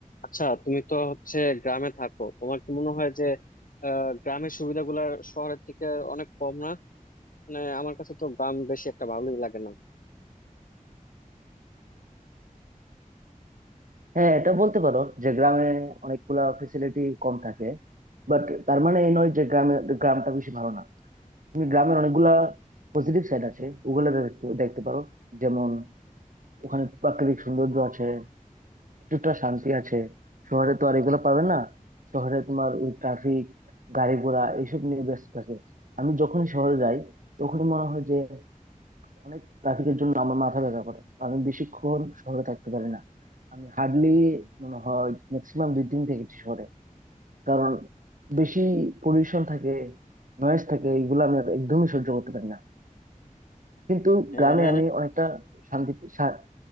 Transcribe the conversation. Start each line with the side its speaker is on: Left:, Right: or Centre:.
Left: আচ্ছা তুমি তো হচ্ছে গ্রামে থাকো তোমার কি মনে হয় যে আহ, গ্রামের সুবিধাগুলা শহরের থেকে অনেক কম না মানে আমার কাছে তো গ্রাম বেশি একটা ভালোই লাগে না
Right: হ্যাঁ এটা বলতে পারো যে গ্রামে অনেকগুলা ফেসিলিটি কম থাকে বাট তার মানে এই নয় যে গ্রামে গ্রামটা বেশি ভালো না তুমি গ্রামের অনেকগুলা পজিটিভ সাইড আছে ওগুলো দেখতে দেখতে পারো যেমন ওখানে প্রাকৃতিক সৌন্দর্য আছে কিছুটা শান্তি আছে শহরে তো আর এগুলো পাবে না শহরে তোমার ওই ট্রাফিক গাড়ি ঘোড়া এইসব নিয়ে ব্যস্ত থাকে আমি যখনই শহরে যাই তখনই মনে হয় যে অনেক ট্রাফিকের জন্য আমার মাথা ব্যথা করে আমি বেশিক্ষণ শহরে থাকতে পারি না আমি হার্ডলি মনে হয় ম্যাক্সিমাম দুই দিন থেকেছি শহরে কারণ বেশি পলিউশন থাকে নয়েজ থাকে এগুলো আমি আর একদমই সহ্য করতে পারি না কিন্তু
Left: হ্যাঁ
Right: গ্রামে আমি অনেকটা শান্তি শা-